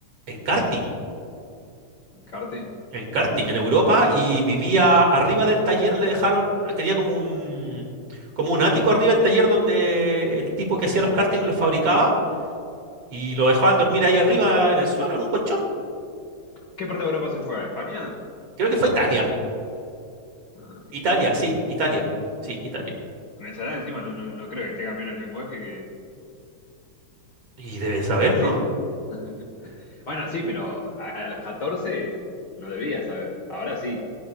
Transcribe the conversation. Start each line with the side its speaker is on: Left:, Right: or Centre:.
Right: En karting.
Left: En karting.
Right: en karting en Europa y vivía arriba del taller, le dejaron, tenía como un, como un ático arriba del taller donde el tipo que hacía los karting los fabricaba y lo dejaban dormir ahí arriba en el suelo, en un colchón.
Left: ¿Qué parte de Europa se fue? ¿A España?
Right: Creo que fue Italia.
Left: Ah, Italia.
Right: Italia, sí, Italia. Sí, Italia.
Left: Con esa edad encima no, no, no creo que tenga menos lenguaje que,
Right: Y debe
Left: que
Right: saber,
Left: Colapinto.
Right: ¿no?
Left: <laughs> Bueno, sí, pero a, a los 14 no debía saber. Ahora sí,